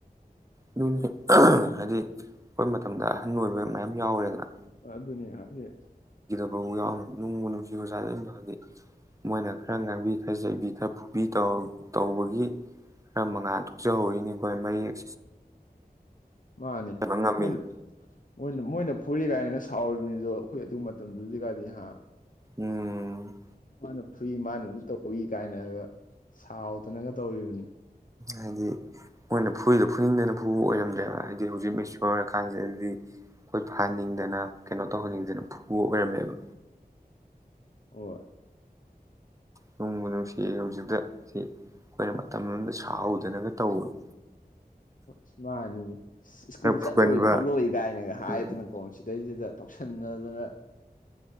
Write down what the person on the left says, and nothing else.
ꯑꯗꯨꯅꯤ ꯍꯥꯏꯗꯤ
ꯃꯥꯅꯤ
ꯃꯣꯏꯅ ꯃꯣꯏꯅ ꯃꯣꯏꯅ ꯐꯨꯔꯤ ꯀꯥꯏꯅꯒ ꯁꯥꯎꯔꯤꯕꯅꯤꯗꯣ ꯑꯩꯈꯣꯏ ꯑꯗꯨ ꯃꯇꯝꯗꯨꯗꯤꯒꯗꯤ ꯍꯥ
ꯃꯥꯅ ꯐꯨꯏ ꯃꯥꯅꯁꯨ ꯇꯧꯏ ꯀꯥꯏꯅꯒ ꯁꯥꯎꯗꯅꯒ ꯇꯧꯔꯤꯕꯅꯤ
ꯍꯣꯏ
ꯁ ꯃꯥꯅꯤꯡꯅꯤ ꯁ꯭ꯀꯨꯜ ꯆꯠꯂꯣꯏ
ꯈꯣꯠꯂꯣꯏ ꯀꯥꯏꯅꯒ ꯍꯥꯏꯗꯅꯀꯣ
ꯁꯤꯗꯩꯁꯤꯗ ꯇꯧꯁꯤꯟꯅꯗꯅ